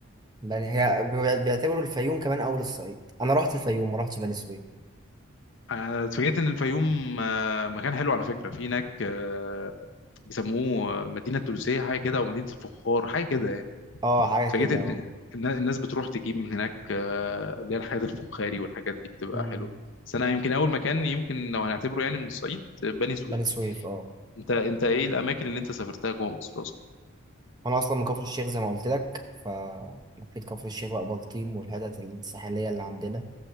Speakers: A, on the right; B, on the left.
A: يعني هي بي- بيعتبروا الفيوم كمان اول الصعيد انا رحت الفيوم ما رحتش بني سويف
B: آه، اتفاجئت ان الفيوم آه مكان حلو على فكره في هناك آه بيسموه مدينه تونسيه حاجه كده او مدينه الفخار حاجه كده يعني
A: اه حاجه
B: اتفاجئت
A: كده
B: ان
A: اه
B: إن الناس بتروح تجيب من هناك آه، اللي هي الحاجات الفخاري والحاجات دي بتبقى
A: امم
B: حلوه بس انا يمكن اول مكان يمكن لو هنعتبره يعني من الصعيد آه، بني سويف
A: بني سويف اه
B: انت انت ايه الاماكن اللي انت سافرتها جوه مصر اصلا
A: انا اصلا من كفر الشيخ زي ما قلت لك فلفيت كفر الشيخ بقى بلطيم والحتت الساحليه اللي عندنا